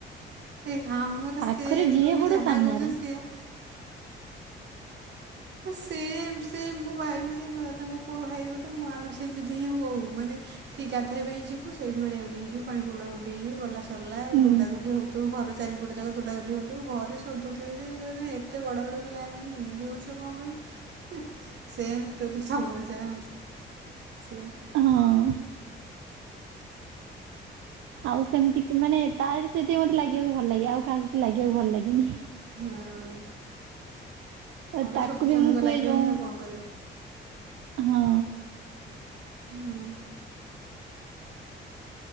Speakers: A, on the right; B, on the right.
A: ସେଇ ହଁ ମୋର
B: ପାଖରେ
A: ସେମ
B: ଯିଏ
A: ତମେ
B: ପଡୁ
A: ଯାହା
B: ସାମ୍ନାରେ
A: କହୁଛ ସେମ୍। ସେମ୍ ସେମ୍ ମୋ ଭାଇ ବି ସେ ମୋ ଦାଦାଙ୍କ ପୁଅ ଭାଇ ଗୋଟେ ମୁଁ ଆମେ ସେମିତି ହିଁ ହୋଉ ମାନେ ସେଠି ଗାଧେଇବା ପାଇଁ ଯିବୁ ସେଇଠି ବଡ଼ିଆ ବାଡେଇ ହେଇଯିବୁ ପାଣି ଫୋପଡ଼ା ଫୋପାଡ଼ି ହେଇଯିବୁ ଗଲା ସଲା ଆଉ
B: ଉଁ
A: ଦୋଡା ଦୋଡି ହଉଥିବୁ ଘର ଚାରିପଟ ଯାକ ଦୌଡ ଦୌଡି ହଉଥିବୁ। ଘରେ ସୋଦୁଥିବେ ଯେ ଏତେ ବଡ଼ ପିଲା ହେଲଣି ଏମିତି ହୋଉଛ। କଣ ପାଇଁ ସେମ ଷ୍ଟୋରି ତମର ଯାହା ଆମର ସେ ସେଇଆ।
B: ହଁ ଆଉ ସେମିତିକି ମାନେ ତାରି ସହିତ ହିଁ ମତେ ଲାଗିବାକୁ ଭଲ ଲାଗେ ଆଉ କାହା ସ ଲାଗିବାକୁ ଭଲ ଲାଗେନି।
A: ହଁ
B: ଆ
A: ହଁ ବା
B: ତାକୁ
A: ଛୋଟ ଛୁଆଙ୍କ
B: ବି ମୁଁ
A: ସହିତ
B: କୁହେ
A: ଲାଗିବନି
B: ଯଉଁ
A: ଆଉ କ'ଣ କରିବୁ
B: ହଁ।
A: ହୁଁ